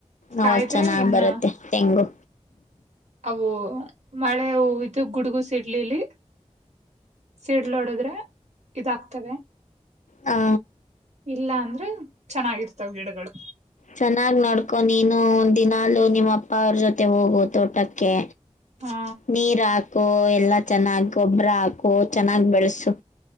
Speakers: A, on the right; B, on the left.
A: ಕಾಯ್ದ್ರೆ
B: ಅವಾಗ ಚೆನ್ನಾಗ್
A: ಇನ್ನ
B: ಬರುತ್ತೆ ತೆಂಗು
A: ಅವು ಮಳೆ ಹೊಯ್ದು ಗುಡುಗು ಸಿಡ್ಲಿಲ್ಲಿ ಸಿಡಿಲು ಹೊಡೆದ್ರೆ ಇದಾಗಕ್ತವೆ.
B: ಹಾ
A: ಇಲ್ಲ ಅಂದ್ರೆ ಚೆನ್ನಾಗಿರ್ತಾವೆ ಗಿಡಗಳು
B: ಚೆನ್ನಾಗ್ ನೋಡ್ಕೊ ನೀನು ದಿನಲೂ ನಿಮ್ಮ ಅಪ್ಪ ಅವರು ಜೊತೆ ಹೋಗು ತೋಟಕ್ಕೆ.
A: ಹಾ
B: ನೀರ್ ಹಾಕು ಎಲ್ಲಾ ಚೆನ್ನಾಗ ಗೊಬ್ಬರ ಹಾಕು ಚೆನ್ನಾಗ್ ಬೆಳೆಸು